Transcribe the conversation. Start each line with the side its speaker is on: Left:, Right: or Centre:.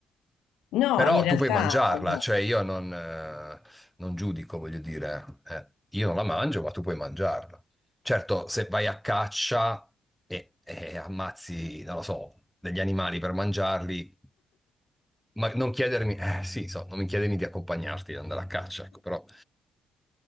Left: No,
Centre: Però
Left: in realtà
Centre: tu puoi mangiarla,
Left: no.
Centre: cioè io non, eh, non giudico, voglio dire, eh, io non la mangio, ma tu puoi mangiarla. Certo, se vai a caccia e, e ammazzi, non lo so, degli animali per mangiarli, ma non chiedermi, eh, sì, so, non mi chiedermi di accompagnarti ad andare a caccia, ecco, però,